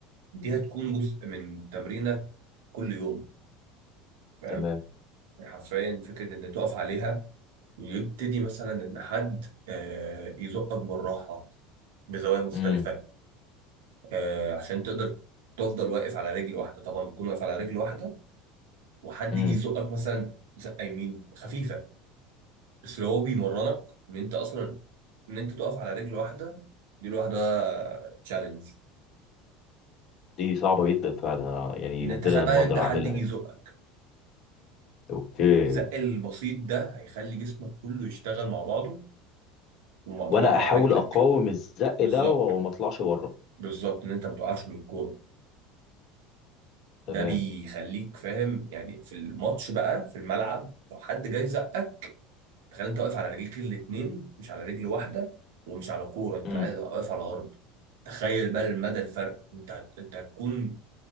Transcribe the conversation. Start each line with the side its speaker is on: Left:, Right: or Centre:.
Right: دي هتكون جزء من تمرينك كل يوم فاهم
Left: تمام
Right: يعني حرفيا فكرة إن تقف عليها ويبتدي مثلا إن حد آه، يزقك بالراحة بزوايا مختلفة
Left: امم
Right: آه، عشان تقدر تفضل واقف على رجل واحدة طبعا بتكون واقف على رجل واحدة وحد
Left: امم
Right: يجي يزقك مثلا زقة يمين خفيفة بس لو هو بيمرنك إن أنت أصلا إن أنت تقف على رجل واحدة دي لوحدها تشالنج
Left: دي صعبه جدا فعلا انا يعني
Right: إن
Left: نادرا
Right: أنت تخيل بقى
Left: ما اقدر
Right: يبدأ حد
Left: اعملها
Right: يجي
Left: يعني.
Right: يزقك
Left: اوكي
Right: الزق البسيط ده هيخلي جسمك كله يشتغل مع بعضه ومع طبعا
Left: وانا
Right: مع
Left: احاول
Right: رجلك
Left: اقاوم الزق
Right: بالظبط
Left: ده وما اطلعش بره
Right: بالظبط ان انت ما تقعش من الكوره ده
Left: تمام
Right: بيخليك فاهم يعني في الماتش بقى في الملعب لو حد جاي زقك تخيل انت واقف على رجليك الاتنين مش على رجل واحده ومش على كوره انت
Left: مم.
Right: قاعد واقف على ارض تخيل بقى المدى الفرق انت هت- انت هتكون